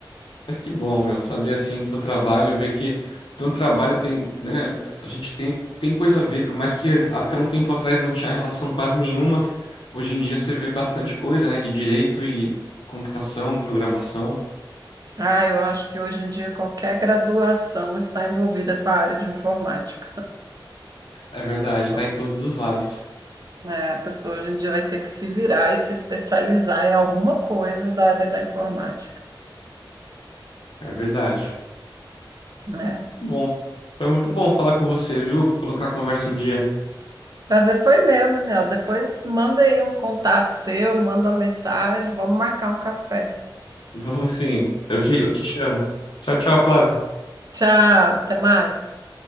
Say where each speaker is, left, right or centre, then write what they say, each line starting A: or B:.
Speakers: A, on the left; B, on the right.
A: Mas que bom, meu, saber assim do seu trabalho, ver que teu trabalho tem, né, a gente tem, tem coisa a ver, por mais que até um tempo atrás não tinha relação quase nenhuma, hoje em dia você vê bastante coisa, né, de direito e computação, programação.
B: Ah, eu acho que hoje em dia qualquer graduação está envolvida com a área de informática.
A: É verdade,
B: Co-
A: tá em todos os lados.
B: é, a pessoa hoje em dia vai ter que se virar e se especializar em alguma coisa da área da informática,
A: É verdade.
B: né?
A: Bom, foi muito bom falar com você, viu? Colocar a conversa em dia.
B: Prazer foi meu, Daniel. Depois manda aí um contato seu, manda uma mensagem, vamos marcar um café.
A: Vamos sim. Eu te, eu te chamo. Tchau, tchau, Flávio.
B: Tchau, até mais.